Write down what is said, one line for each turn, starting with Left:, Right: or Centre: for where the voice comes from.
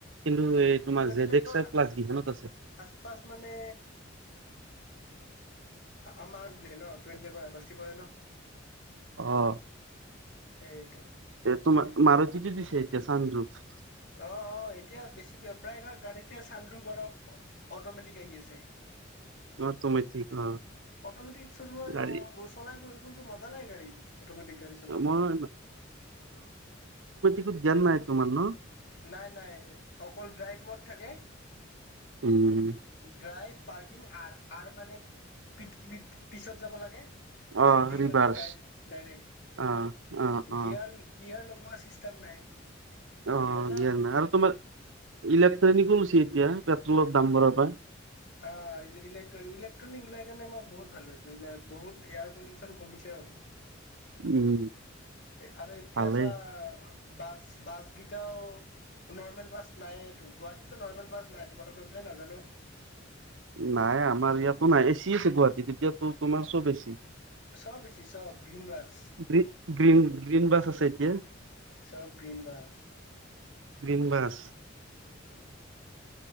Right: কিন্তু এই তোমাৰ
Left: টুৱেণ্টি
Right: জেড
Left: লেখৰ
Right: এক্স আৰ প্লাছ গিখনত আছে
Left: আচ পাছ মানে আমাৰ টিযেট পৰে ন
Right: অ
Left: এইটো
Right: তোমাৰ
Left: ত
Right: মাৰুতিটো দিছে এতিয়া কামৰূপ
Left: অ অ এতিয়া বেছি প্ৰায়ভাগ গাড়ীতে চান্দো বাৰ অটমেটিক আহি আছে।
Right: অটমেটিক অ
Left: অটমেটিক চলোৱা
Right: গাড়ী
Left: উ চলাই চলায় গাড়ী অটমেটিক গাড়ী চলায়
Right: মই এইটো জ্ঞান নাই তোমাৰ ন
Left: নাই নাই অকল ড্ৰাইভ মড থাকে
Right: উম
Left: ড্ৰাইভ পাৰকিং মানে আৰু মানেপিছত যাব লাগে
Right: অ
Left: দি
Right: ৰিভাৰ্চ
Left: মানে ডাইৰেক্ট
Right: অ অ অ
Left: গিয়াৰ গিয়াৰ লগত ভৰা চিষ্টেম নাই
Right: অ গেযেন
Left: মজা কোনটো
Right: আৰু তোমাৰ ইলেক্ট্ৰনিক চো এতিয়া পেট্ৰলৰ দাম বঢ়া পায়
Left: অ ইলেকট্ৰনিক ইলেক্ট্ৰনিক ওলাই কাৰনে মই বহুত ভাল ওলাই বহুত এয়াৰ পলিউচন কমিছে হ
Right: উম
Left: এফালে এতিয়া
Right: ভালেই
Left: চা বাছ বাছ কেইটাও নৰমেল বাছ নাই গুৱাহাটীততো নৰ্ৰমেল বাছ নাই তোমালোকৰ বিষয়ে নাজানো।
Right: নাই আমাৰ ইয়াতো নাই এ চি আছে গুৱাহাটীত এতিয়াতো তোমাৰ চব এ চি।
Left: চব চব গ্ৰীণ ব্ৰাছ
Right: গি গ্ৰীন গ্ৰীন বাছ আছে এতিয়া।
Left: চব গ্ৰীণ বাছ
Right: গ্ৰীন বাছ
Left: উ